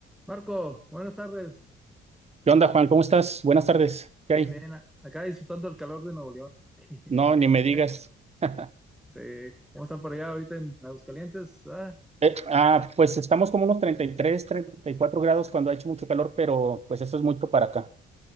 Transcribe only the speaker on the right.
¿Qué onda, Juan? ¿Cómo estás? Buenas tardes. ¿Qué
hay?
No, ni me digas. <laughs>
Eh, ah, pues estamos como unos treinta treinta y tres, treinta y cuatro grados cuando ha hecho mucho calor, pero pues eso es mucho para acá.